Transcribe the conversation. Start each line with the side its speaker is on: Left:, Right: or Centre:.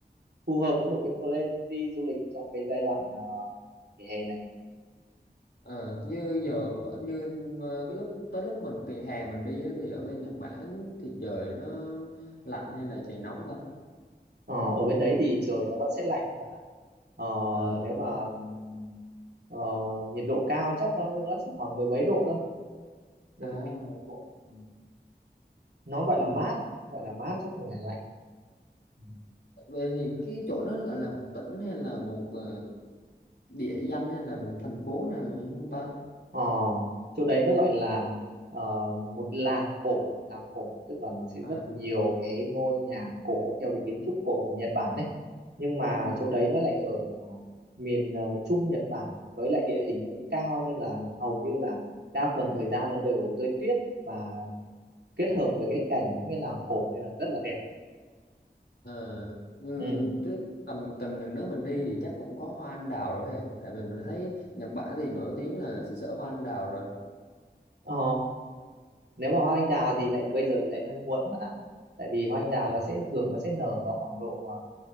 Right: phù hợp với một cái plan đi du lịch trong cái giai đoạn ờ, nghỉ hè này
Left: Ờ, như giờ ở- như ờ, cái lúc tới lúc mình từ hè mình đi á, thì ở bên Nhật Bản thì trời nó lạnh hay là trời nóng ta?
Right: Ờ, ở bên đấy thì trời nó vẫn sẽ lạnh các bạn ạ. Ờ,
Left: Ờ,
Right: nếu mà ừm, ờ, nhiệt độ cao chắc nó nó chỉ khoảng mười mấy độ thôi. Mười
Left: à,
Right: mấy độ. Ừ. Nó gọi
Left: ừ.
Right: là mát, gọi là mát chứ không phải lạnh. Ừ.
Left: vậy thì cái chỗ đó gọi là một tỉnh hay là một ờ, địa danh hay là một thành phố nào gì không ta?
Right: Ờ, chỗ đấy nó gọi là ờ, một làng cổ, làng cổ tức là nó sẽ
Left: À,
Right: rất nhiều cái ngôi nhà cổ theo cái kiến trúc cổ của Nhật Bản ấy. Nhưng mà
Left: ừ.
Right: chỗ đấy nó lại ở ờ, miền ờ, Trung Nhật Bản với lại địa hình nó cao nên là hầu như là đa phần thời gian nó đều rơi tuyết và kết hợp với cái cảnh những cái làng cổ nên là rất là đẹp.
Left: Ờ, ừ,
Right: Ừ.
Left: thế tầm tầm chừng đó mình đi thì chắc cũng có hoa anh đào rồi hề tại vì mình thấy Nhật Bản thì nổi tiếng là xứ sở hoa anh đào rồi
Right: Ờ, nếu mà hoa anh đào thì lại bây giờ thì lại hơi muộn bạn ạ. Tại vì hoa anh đào
Left: à,
Right: nó sẽ thường nó sẽ nở vào khoảng độ ờ,